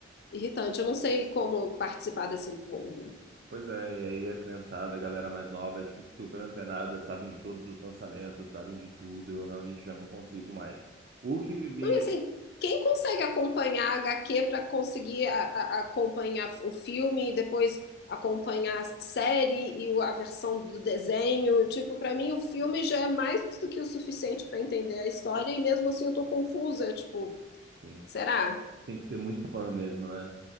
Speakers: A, on the left; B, on the right.
A: irritante. Eu não sei como participar desse mundo.
B: Pois é, e aí a criançada, a galera mais nova, é tipo super antenada, sabem de todos os lançamentos, sabem de tudo, eu realmente já não consigo mais. O que vivi,
A: Não, e assim, quem consegue acompanhar a HQ para conseguir a- a- acompanhar o filme e depois acompanhar a série e o- a versão do desenho? Tipo, para mim o filme já é mais do que o suficiente para entender a história e mesmo assim eu tô confusa, tipo,
B: assim,
A: será?
B: tem que ser muito fã mesmo, né?